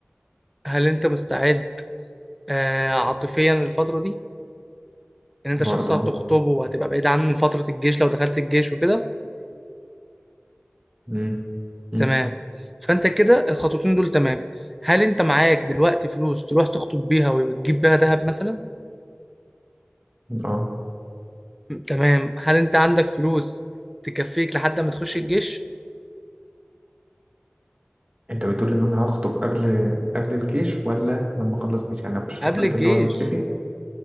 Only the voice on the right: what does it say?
برضه
أهو.
مم. مم.
أه
انت بتقول ان انا هخطب قبل قبل الجيش ولا لما اخلص جيش يعني اخش
دلوقتي
اللي هو نتفق